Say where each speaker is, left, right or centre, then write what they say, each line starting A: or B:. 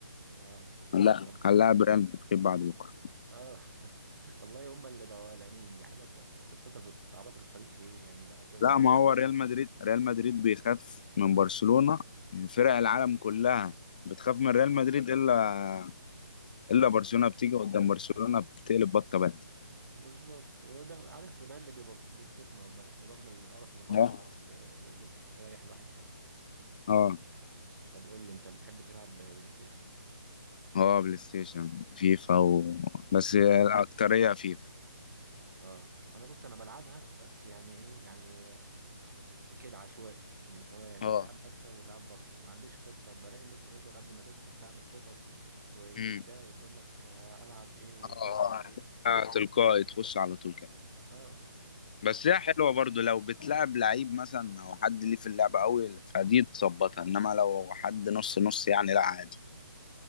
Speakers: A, on the right; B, on the left.
A: اه
B: لا
A: طب
B: هنلاعب ريال مدريد بعد بكره
A: اه <laughs> والله هم اللي بقوا قلقانين دي حاجة ت- يعني تبسطك وتعرفك الفريق ايه يعني بقى كويس
B: لا
A: ازاي
B: ما هو ريال مدريد ريال مدريد بيخاف من برشلونه فرق العالم كلها بتخاف
A: اه
B: من ريال مدريد الا الا برشلونه بتيجي قدام برشلونه بتقلب بطه بلدي
A: بالظبط وده عارف وده اللي بيبص- بيبسطنا والله رغم القرف اللي حصل
B: اه
A: ده بس آه، ده اللي بيريح الواحد شوية
B: اه
A: طب قول لي انت بتحب تلعب بلاي ستيشن؟
B: اه بلاي ستيشن فيفا و... بس الأكترية فيفا
A: اه انا بص انا بلعبها بس يعني ايه يعني كده عشوائي اللي هو يعني
B: اه
A: ساعات بكسب وساعات بخسر ما عنديش خطة بلاقي الناس بتفضل قبل ما تدخل تعمل خطط وتجيب
B: امم
A: ده وتقول لك آه، العب ايه وفي
B: اه
A: ملعب ايه
B: آه، تلقائي تخش على طول كده
A: اه
B: بس هي حلوه برضو لو بتلعب لعيب مثلا او حد ليه في اللعبه قوي فدي تظبطها انما لو حد نص نص يعني لا عادي